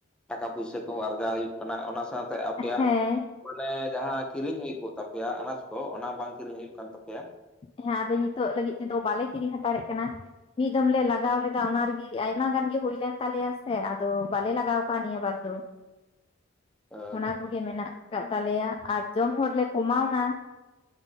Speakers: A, in the centre; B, on the left.
A: ᱴᱟᱠᱟ ᱯᱩᱭᱥᱟᱹ ᱠᱚᱦᱚᱸ ᱟᱨᱡᱟᱣ ᱦᱩᱭᱩᱜ ᱠᱟᱱᱟ ᱚᱱᱟ ᱥᱟᱶᱛᱮ ᱟᱯᱮᱭᱟᱜ
B: ᱦᱮᱸ
A: ᱢᱟᱱᱮ ᱡᱟᱦᱟᱸ ᱠᱤᱨᱤᱧ ᱦᱩᱭ ᱠᱚᱜ ᱛᱟᱯᱮᱭᱟ ᱟᱱᱟᱡᱽ ᱠᱚ ᱚᱱᱟ ᱵᱟᱝ ᱠᱤᱨᱤᱧ ᱦᱩᱭᱩᱜ ᱠᱟᱱ ᱛᱟᱯᱮᱭᱟ
B: ᱦᱮᱸ ᱟᱫᱚ ᱱᱤᱛᱚᱜ ᱞᱟᱹᱜᱤᱫ ᱛᱮᱫᱚ ᱵᱟᱞᱮ ᱠᱤᱨᱤᱧ ᱦᱟᱛᱟᱲ ᱮᱜ ᱠᱟᱱᱟ ᱢᱤᱫ ᱫᱚᱢ ᱞᱮ ᱞᱟᱜᱟᱣ ᱞᱮᱫᱟ ᱚᱱᱟ ᱨᱮᱜᱮ ᱟᱭᱢᱟ ᱜᱟᱱ ᱜᱮ ᱦᱩᱭ ᱞᱮᱱ ᱛᱟᱞᱮᱭᱟ ᱥᱮ ᱟᱫᱚ ᱵᱟᱞᱮ ᱞᱟᱜᱟᱣ ᱱᱤᱭᱟᱹ ᱵᱟᱨ ᱫᱚ
A: ᱚ
B: ᱚᱱᱟ ᱠᱚᱜᱮ ᱢᱮᱱᱟᱜ ᱠᱟᱫ ᱛᱟᱞᱮᱭᱟ ᱟᱨ ᱡᱚᱢ ᱦᱚᱲᱞᱮ ᱠᱚᱢᱟᱣᱱᱟ